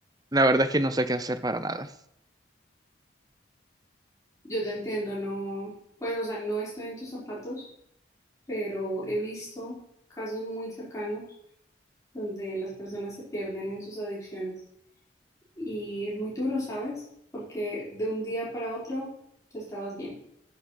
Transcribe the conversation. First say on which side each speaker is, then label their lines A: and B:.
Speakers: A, on the right; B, on the left.
A: la verdad es que no sé qué hacer para nada.
B: Yo te entiendo, no, pues, o sea, no estoy en tus zapatos, pero he visto casos muy cercanos donde las personas se pierden en sus adicciones y es muy duro, ¿sabes? Porque de un día para otro tú estabas bien.